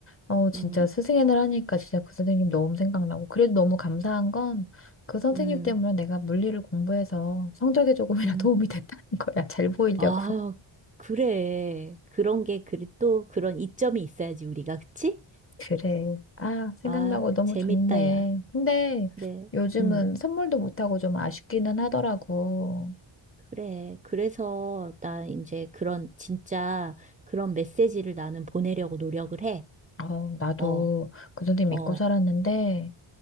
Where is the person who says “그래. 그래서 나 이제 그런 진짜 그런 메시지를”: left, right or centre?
Right